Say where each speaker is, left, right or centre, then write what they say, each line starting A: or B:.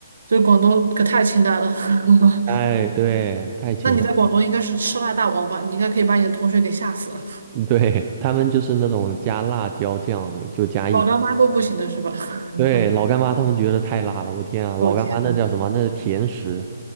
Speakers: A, on the right; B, on the right.
A: 这以广东可太清淡了。<laughs>
B: 哎，对，太清淡，
A: 那你在广东应该是吃辣大王吧？你应该可以把你的同学给吓死了，
B: <laughs> 对，他们就是那种加辣椒酱就加一滴，
A: 老干妈都不行的是吧？
B: 对，
A: <laughs>
B: 老干妈他们觉得太辣了，我天啊，老干妈那叫什么？
A: 哦天呐，
B: 那是甜食，